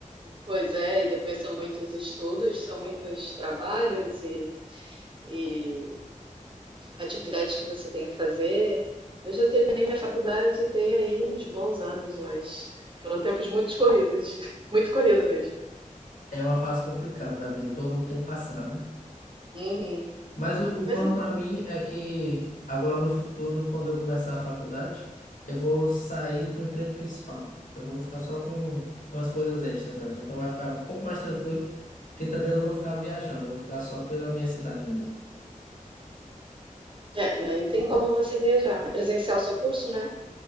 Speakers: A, on the right; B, on the left.
A: Pois é, e depois são muitos estudos, são muitos trabalhos e e atividades que você tem que fazer. Eu já terminei minha faculdade e tenho aí uns bons anos, mas foram tempos muito corridos, <laughs> muito corrido mesmo.
B: É uma fase complicada da vida, todo mundo tem que passar, né?
A: Uhum.
B: Mas o, o
A: Mas
B: plano
A: é bom.
B: para mim é que agora no futuro, quando eu começar a faculdade, eu vou sair do emprego principal. Então eu vou ficar só com, com as coisas extras mesmo. Então vai ficar um pouco mais tranquilo, porque também eu não vou ficar viajando, eu vou ficar só pela minha cidade mesmo.
A: É, nem tem como você viajar. É presencial o seu curso, né?